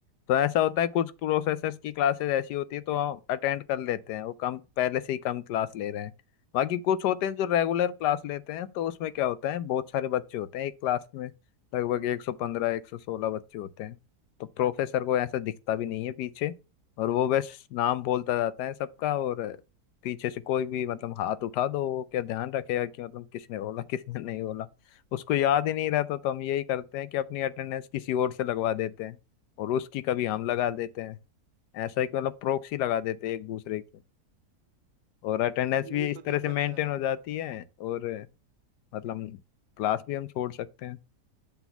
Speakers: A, on the left; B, on the right.
A: तो ऐसा होता है कुछ प्रोसेसर्स की क्लासेस ऐसी होती है तो हम अटेंड कर लेते हैं वो कम पहले से ही कम क्लास ले रहे हैं बाकी कुछ होते हैं जो रेगुलर क्लास लेते हैं तो उसमें क्या होता है बहुत सारे बच्चे होते हैं एक क्लास में लगभग एक सौ पंद्रह एक सौ सोलह बच्चे होते हैं तो प्रोफेसर को ऐसा दिखता भी नहीं है पीछे और वो बस नाम बोलता जाता है सबका और पीछे से कोई भी मतलब हाथ उठा दो वो क्या ध्यान रखेगा कि मतलब किसने बोला <laughs> किसने नहीं बोला उसको याद ही नहीं रहता तो हम यही करते हैं कि अपनी अटेंडेंस किसी और से लगवा देते हैं और उसकी कभी हम लगा देते हैं ऐसा है कि मतलब प्रॉक्सी लगा देते हैं एक दूसरे की और अटेंडेंस
B: यही
A: भी इस
B: तो दिक्कत
A: तरह से मेंटेन
B: है
A: हो जाती है और मतलब क्लास भी हम छोड़ सकते हैं